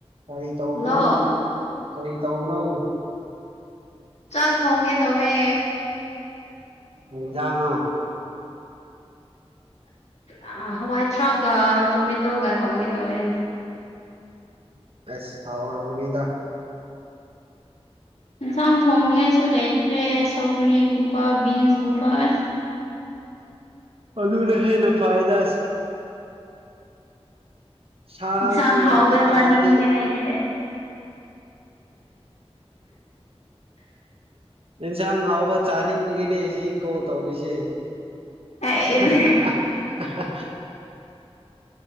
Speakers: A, on the right; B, on the left.
A: ꯀꯔꯤ ꯇꯧꯕꯧꯕꯅꯣ
B: ꯍꯜꯂꯣ
A: ꯀꯔꯤ ꯇꯧꯕꯅꯧ
B: ꯆꯪ ꯊ ꯍꯒꯦ ꯇꯧꯋ
A: ꯍꯖꯅꯣ
B: ꯑꯁ ꯍꯋꯥꯏꯊꯔꯥꯛꯒ ꯇꯣꯃꯦꯇꯣꯒ ꯊꯣꯡꯒꯦ ꯇꯧꯦꯅꯦ
A: ꯑꯁ ꯑꯥꯎ ꯑꯃ ꯑꯃꯅꯤꯗꯥ
B: ꯌꯦꯟꯁꯥꯡ ꯊꯣꯡꯅꯤ ꯉꯥꯏꯁꯨ ꯂꯩꯇ꯭ꯔꯦ ꯁꯧꯒ꯭ꯔꯤ ꯒꯨꯝꯕ ꯕꯤꯟꯁ ꯒꯨꯝꯕ ꯑꯁ
A: ꯑꯂꯨꯅ ꯍ‌ꯦꯟꯅ ꯐꯩꯗ ꯑꯁ ꯁꯥꯁꯨ
B: ꯏꯟꯁꯥꯡ ꯍꯥꯎꯕ
A: ꯌꯥꯝ ꯆꯥꯔꯗꯤ
B: ꯆꯥꯅꯤꯡꯕꯅꯦ ꯑꯩꯗꯤ
A: ꯑꯦꯟꯁꯥꯡ ꯍꯥꯎꯕ ꯆꯥꯅꯤꯡꯕꯒꯤꯅꯦ ꯁꯤ ꯀꯣ ꯇꯧꯔꯤꯁꯤ <inaudible>
B: ꯑꯩꯁꯦ
A: ꯍꯥꯍꯥ ꯍꯥꯍꯥ